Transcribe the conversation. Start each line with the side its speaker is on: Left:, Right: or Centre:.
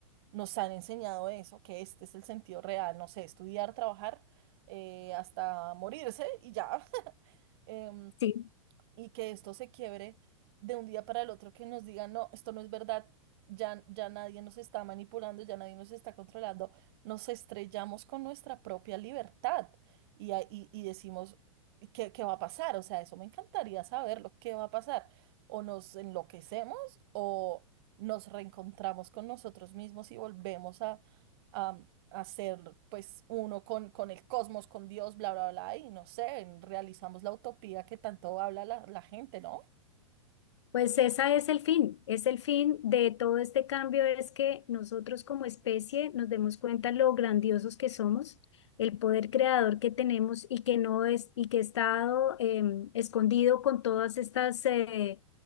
Right: nos han enseñado eso, que este es el sentido real, no sé, estudiar, trabajar eh, hasta morirse y ya. <laughs> Em,
Left: sí.
Right: y que esto se quiebre de un día para el otro, que nos digan, no, esto no es verdad, ya, ya nadie nos está manipulando, ya nadie nos está controlando, nos estrellamos con nuestra propia libertad y, a- y, y decimos, "¿Y ¿qué, qué va a pasar? O sea, eso me encantaría saberlo, ¿qué va a pasar? O nos enloquecemos o nos reencontramos con nosotros mismos y volvemos a, hacer pues uno con, con el cosmos, con Dios, bla, bla, bla, y no sé, realizamos la utopía que tanto habla la, la gente, ¿no?
Left: Pues esa es el fin, es el fin de todo este cambio, es que nosotros como especie nos demos cuenta lo grandiosos que somos, el poder creador que tenemos y que no es y que está dado, em, escondido con todas estas eh,